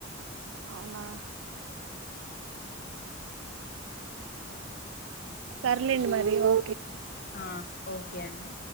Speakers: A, on the right (about 70°); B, on the left (about 50°).
A: అవునా సర్లేండి మరి రో
B: ఆ ఓకే అండి